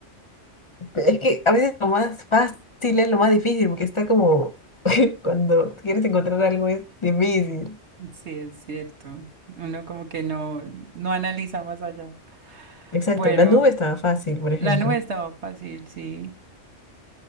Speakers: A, on the left; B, on the right.
A: Es que a veces lo más fácil es lo más difícil, porque está como <laughs> cuando quieres encontrar algo es difícil.
B: Sí, es cierto. Uno como que no, no analiza más allá.
A: Exacto,
B: Bueno,
A: la nube estaba fácil, por ejemplo.
B: la nube estaba fácil, sí.